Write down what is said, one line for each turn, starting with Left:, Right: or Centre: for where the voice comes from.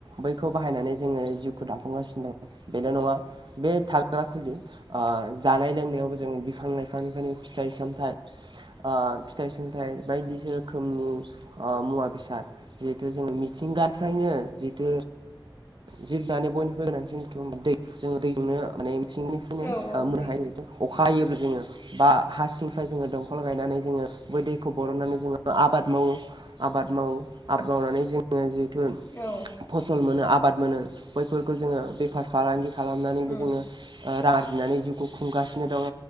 Right: बैखौ बाहायनानै जोङो जिउखौ दाफुंगासिनो दं बेल' नङा बे थाग्रा खुलि ओ जानाय लोंनायावबो जों बिफां लाइफांनिफ्रायनो फिथाइ सामथाइ ओ फिथाइ सामथाइ बायदि रोखोमनि ओ मुवा बेसाद जिहेतु जोङो मिथिंगानिफ्रायनो जितु जिब जानो बयनिबो गोनांसिन दै जोङो दैजोंनो माने मिथिंनिफ्राय
Left: औ
Right: <unintelligible> बिखोनो
Left: औ
Right: मोननो
Left: दै
Right: हायो जोङो अखा हायोब्ला जोङो बा हा सिंनिफ्राय जोङो दंखल गायनानै जोङो बै दैखौ बरननानै जोङो आबाद मावो आबाद मावो आबाद मावनानै जोङो जिहेथु
Left: औ
Right: फसल मोनो आबाद मोनो बैफोरखौ जोङो बेफार फालांगि खालामनानैबो
Left: उम
Right: जोङो ओ रां आर्जिनानै जिउखौ खुंगासिनो दङ'